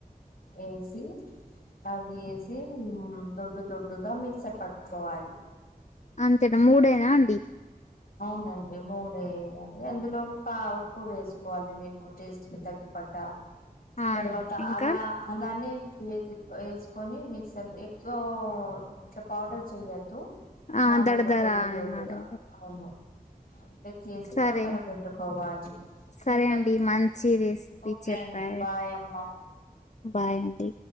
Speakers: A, on the left; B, on the left.
A: ఏసి అది వేసి దొడ్డు దొడ్డుగా మిక్సర్ పట్టుకోవాలి
B: అంతేనా మూడైనా అండి
A: అవునండి మూడే వేయాలి అందులో ఒక ఉప్పు వేసుకోవాలి మీకు టేస్ట్ కి తగ్గి పట్ట
B: అవును
A: తర్వాత
B: ఇంకా
A: అలా అలానే వేసుకొని మిక్సర్ ఎగ్ ఇట్లా పౌడర్ చెయొద్దు
B: ఆ
A: మామూలుగా
B: దడదరా
A: దొడ్డు దొడ్డుగా
B: అన్నాడు
A: అవును అంటే చేసి
B: సరే
A: పక్కన పెట్టుకోవాలి
B: సరే
A: ఇంకా
B: అండి
A: మీరు
B: మంచి రెసిపీ
A: ఓకే
B: చెప్పారు
A: అండి బాయ్ అమ్మ
B: బాయ్ అంటీ